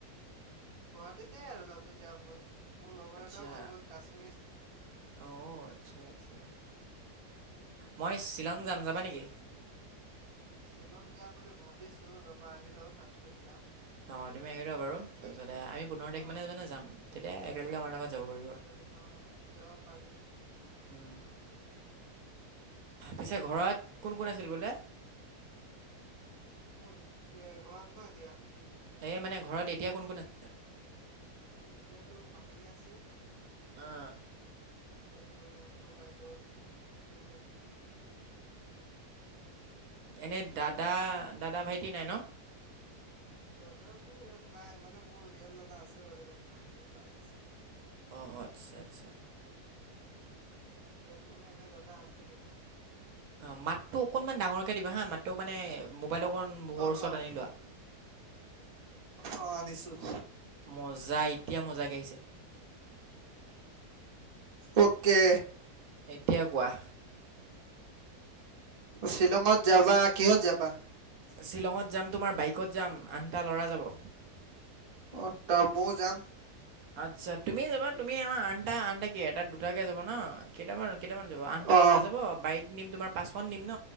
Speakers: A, on the right (about 35°); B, on the right (about 70°).
A: গুৱাহাটীতে আৰু তাৰপিছত যামগৈ। মোৰ লগৰ
B: আচ্ছা
A: এটাও গ'লগৈ কাশ্মীৰ
B: অ', আচ্ছা, আচ্ছা। মই শ্বিলং
A: চব
B: যাম,
A: ঘূৰি
B: যাবা
A: আছে
B: নেকি?
A: শ্বিলং যাম বুলি ভাবিছোঁ ৰবা আহি লও তাৰপিছত যাম।
B: অ', তুমি আহি লোৱা বাৰু
A: তাত কি
B: তাৰপিছতে আমি পোন্ধৰ তাৰিখ
A: অঁ
B: মানে যাম তেতিয়া একেলগে আমাৰ লগত যাব পাৰিবা।
A: অ', যাব পাৰি।
B: উম আচ্ছা ঘৰত কোন, কোন আছিল বোলে?
A: <unintelligible>
B: এই মানে ঘৰত এতিয়া কোন, কোন আছে।
A: এতিয়াতো মাহী আছে।
B: অ'।
A: আৰু মোৰ বাইদেউ আছে দুইজনী।
B: এনে দাদা, দাদা ভাইটি নাই ন।
A: দাদা টু ইয়াত নাই মানে মোৰ ৰিয়েল দাদা আছে বাৰু ইয়াত নাই এতিয়া তাত আছে।
B: অ', আচ্ছা, আচ্ছা।
A: ইয়াত মানে এনে দাদা আছে কেইটামান।
B: অ', মাতটো অকণমান ডাঙৰকে দিবা হা মাতটো মানে মোবাইল অকণ মুখ
A: অঁ
B: ওচৰত
A: অঁ
B: আনি লোৱা।
A: অঁ অঁ আনিছোঁ
B: মজা এতিয়া মজাকে আহিছে।
A: ওকে।
B: এতিয়া কোৱা।
A: শ্বিলঙত যাবা, কিহত যাবা?
B: শ্বিলঙত যাম তোমাৰ বাইকত যাম আঠ টা ল'ৰা যাব।
A: অ', তা ময়ও যাম।
B: আচ্ছা তুমি যাবা তুমি আমাৰ আঠটা, আঠটা কি এটা দুটাকৈ যাব ন কেইটামান, কেইটামান যাব আঠটা
A: অ
B: ল'ৰা যাব বাইক নিম তোমাৰ পাঁচখন নিম ন